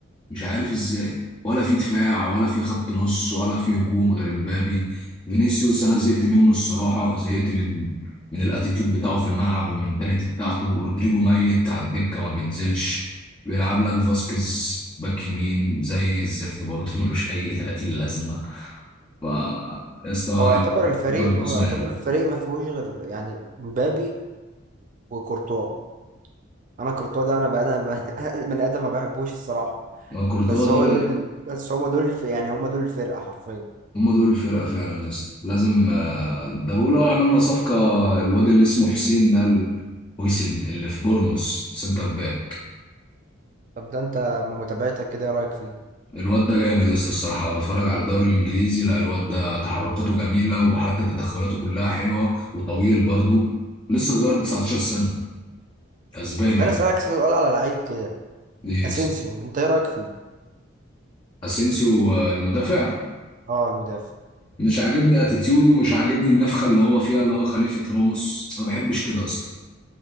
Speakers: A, on the left; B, on the right.
A: مش عارف ازاي ولا في دفاع ولا في خط نص ولا في هجوم غير امبابي فينيسيوس انا زهقت منه الصراحه زهقت من من الاتيتيود بتاعه في الملعب والمنتاليتي بتاعته رودريجو ميت على الدكه ما بينزلش بيلعب لك فاسكيز باك يمين زي الزفت برضه ملوش اي 30 لازمه ف يا اسطى
B: هو يعتبر
A: الكلام
B: الفريق
A: بيقوس
B: هو يعتبر
A: منها
B: الفريق ما فيهوش غير يعني مبابي وكورتوا انا كورتوا ده انا بقى انا <laughs> من ادم ما بحبوش الصراحه
A: آه، كورتوا
B: بس
A: ده
B: هو دول ال... بس هم دول الف... يعني هم دول الفرقه حرفيا
A: هم دول الفرقة فعلا يا اسطى لازم آه، ده بيقولوا آه، عملنا صفقة الواد اللي اسمه حسين ده ال- هويسن اللي في بورنموث سنتر باك
B: طب ده انت متابعتك كده ايه رايك فيه
A: الواد ده جامد يا اسطى الصراحة بتفرج على الدوري الإنجليزي لا الواد ده تحركاته جميلة وحتى تدخلاته كلها حلوة وطويل برضو لسه صغير 19 سنة أسباني
B: طب خليني
A: هو.
B: اسالك سؤال على لعيب كده
A: ايه
B: اسينسيو
A: يا اسطى
B: انت ايه رايك فيه
A: أسينسيو آه، المدافع
B: اه المدافع
A: مش عاجبني اتيتيوده مش عاجبني النفخة اللي هو فيها اللي هو خليفة راموس ما بحبش كده يا اسطى